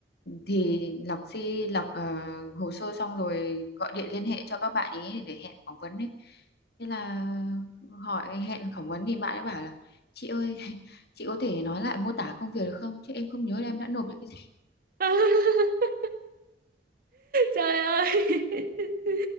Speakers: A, on the left; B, on the right.
A: Thì lọc si lọc ờ, hồ sơ xong rồi gọi điện liên hệ cho các bạn ý để hẹn phỏng vấn ấy. Thế là hỏi hẹn phỏng vấn thì bạn ấy bảo là chị ơi, <laughs> chị có thể nói lại mô tả công việc được không? Chứ em không nhớ là em đã nộp những cái gì.
B: <laughs> trời ơi <laughs>